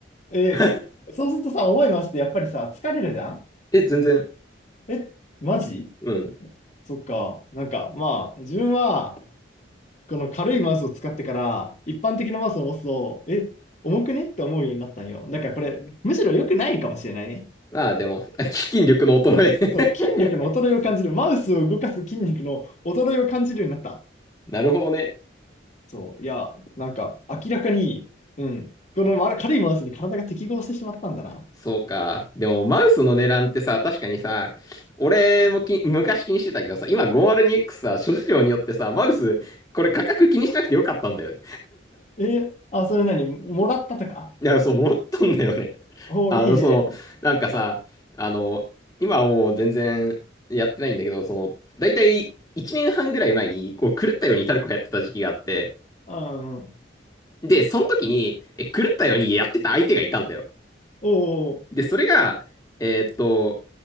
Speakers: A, on the left; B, on the left.
A: えーそうするとさ、
B: <laughs>
A: 重いマウスってやっぱりさ、疲れるじゃん
B: え、全然。
A: え、マジ
B: うん。
A: そっか。なんか、まあ、自分は、この軽いマウスを使ってから、一般的なマウスを持つと、え、重くねって思うようになったんよ。だからこれ、むしろ良くないかもしれないね。
B: ああ、でも、<laughs> あ基金力の衰え
A: そう、筋力の衰えを感じる。
B: <laughs>
A: マウスを動かす筋肉の衰えを感じるようになった。
B: なるほどね。
A: そう、いや、なんか、明らかに、うん、このま軽いマウスに体が適合してしまったんだな。
B: そうか。でも、マウスの値段ってさ、確かにさ、俺もき、昔気にしてたけどさ、今 502X さ、諸事情によってさ、マウス、これ価格気にしなくてよかったんだよね。
A: え、あ、それ何もらったとか。
B: いや、そう、戻ったんだよね。<laughs>
A: おーいいね。
B: あの、その、なんかさ、あの、今はもう全然やってないんだけど、その、だいたい1年半ぐらい前に、こう、狂ったようにタルコやってた時期があって、
A: うんうん、
B: で、その時に、え、狂ったようにやってた相手がいたんだよ。
A: おお、
B: で、それが、えーっと、